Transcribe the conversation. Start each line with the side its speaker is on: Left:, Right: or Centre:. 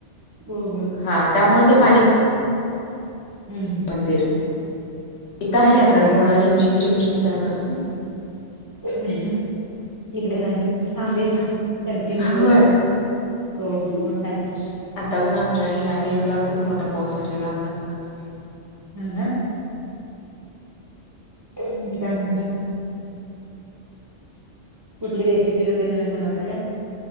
Right: हो हो
Left: हा त्यामुळे ते पाणी
Right: हम् हम
Left: मंदिर इथं आहे
Right: हम्
Left: आता थोडा रिमझिम रिमझिम चालू असत
Right: हम् इकडे नाही थांबेच न कंटिन्यू
Left: होय
Right: जोर आहे हो हो मोईपस
Left: आता पण आमच्या ह्या टाइम ला खूप मोठा पाऊस झालेला आता थोडा कमीला
Right: ह ना काय म्हणत कुठली रेसिपी वगैरे नवीन बनवतात काय